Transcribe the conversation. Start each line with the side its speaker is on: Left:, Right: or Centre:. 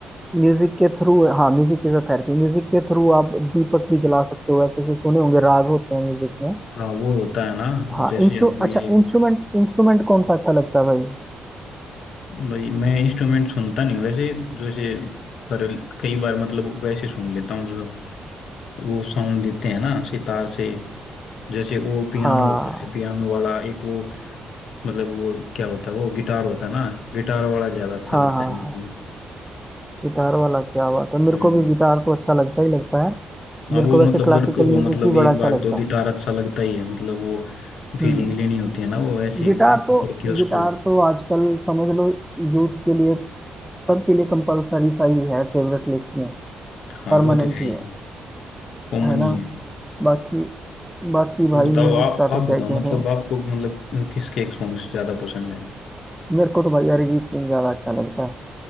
Centre: म्यूजिक के थ्रू हाँ music is a therapy Music के थ्रू आप दीपक भी जला सकते हो ऐसे ऐसे सुने होंगे राग होते हैं म्यूजिक में
Left: हाँ वो होता है ना
Centre: हाँ
Left: जैसे
Centre: इंस्ट्रू
Left: हम ये
Centre: अच्छा इंस्ट्रूमेंट इंस्ट्रूमेंट कौन सा अच्छा लगता है भाई
Left: भाई मैं इंस्ट्रूमेंट सुनता नहीं वैसे जैसे पर कई बार मतलब वैसे सुन लेता हूँ जो वो साउंड देते हैं ना सितार से जैसे वो पियानो
Centre: हाँ
Left: होता है पियानो वाला एक वो मतलब वो क्या होता है वो गिटार होता है ना गिटार वाला ज्यादा अच्छा
Centre: हाँ
Left: लगता
Centre: हाँ
Left: है मुझे
Centre: हाँ गिटार वाला क्या बात है मेरे
Left: हम्म
Centre: को भी गिटार तो अच्छा लगता ही लगता है
Left: हाँ
Centre: मेरे
Left: वो
Centre: को
Left: मतलब
Centre: वैसे क्लासिकल
Left: लड़कों को
Centre: म्यूजिक
Left: मतलब
Centre: भी
Left: एक
Centre: बड़ा अच्छा
Left: बार
Centre: लगता
Left: तो गिटार
Centre: है
Left: अच्छा लगता ही है मतलब वो फीलिंग
Centre: हम्म
Left: लेनी होती है ना वो ऐसी
Centre: गिटार
Left: पकड़
Centre: तो
Left: के उसको
Centre: गिटार तो आजकल समझ लो यूथ के लिए सबके लिए कंपलसरी सा ही है फेवरेट लिस्ट में
Left: हाँ
Centre: परमानेंट
Left: वो तो है
Centre: ही
Left: ही
Centre: है
Left: कॉमन
Centre: है ना
Left: ही है
Centre: बाकी बाकी भाई
Left: ये बताओ
Centre: म्यूजिक
Left: आप
Centre: का
Left: आप
Centre: तो क्या
Left: बताओ
Centre: ही
Left: मतलब
Centre: कह रहे हैं
Left: आपको मतलब किसके एक सॉन्ग्स ज्यादा पसंद है
Centre: मेरे को तो भाई अरिजीत सिंह ज्यादा अच्छा लगता है